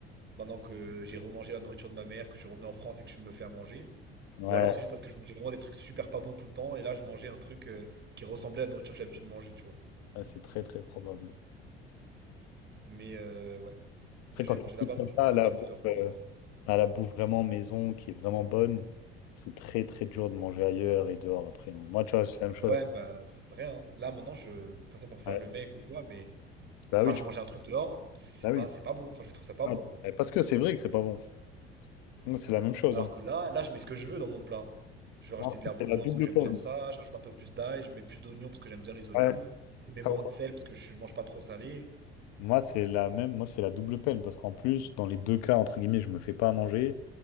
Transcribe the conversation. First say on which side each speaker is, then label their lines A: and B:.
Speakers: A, on the right; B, on the left.
A: maintenant que j'ai remangé la nourriture de ma mère, que je suis revenu en France et que je me fais à manger.
B: Ouais,
A: Ou alors c'est juste parce que je mangeais vraiment des trucs super pas bons tout le temps, et là je mangeais un truc euh, qui ressemblait à la nourriture que j'ai l'habitude de manger, tu vois.
B: ouais, c'est très, très probable.
A: Mais euh, ouais.
B: Après,
A: Et j'avais
B: quand tu
A: mangé là-bas
B: goûtes
A: pendant
B: comme
A: le
B: ça,
A: ramadan
B: la bouffe,
A: plusieurs fois.
B: euh,
A: et-
B: à la bouffe vraiment maison qui est vraiment bonne, c'est très très dur de manger ailleurs et dehors après. hein. Moi, tu vois, c'est la même chose.
A: Ouais,
B: avec-
A: bah c'est vrai, hein. Là maintenant je passais pour faire
B: Ouais.
A: le mec ou quoi, mais
B: Bah
A: enfin
B: oui, tu-
A: je mangeais un truc dehors, c'est
B: bah oui.
A: pas c'est pas bon. Enfin je trouve ça pas
B: Ah,
A: bon quoi.
B: bah, Parce que c'est vrai que c'est pas bon. Moi, C'est la même chose.
A: Alors
B: hein.
A: que là, là je mets ce que je veux dans mon plat. Je vais rajouter
B: Moi,
A: de l'herbe de
B: C'est
A: Provence
B: la double
A: parce que j'aime
B: peine.
A: bien ça, je rajoute un peu plus d'ail, je mets plus d'oignons parce que j'aime bien les oignons,
B: Ouais.
A: je mets moins
B: Ah ouais.
A: de sel parce que je mange pas trop salé.
B: Moi, c'est la même. Moi, c'est la double peine parce qu'en plus, dans les deux cas, entre guillemets, je me fais pas à manger.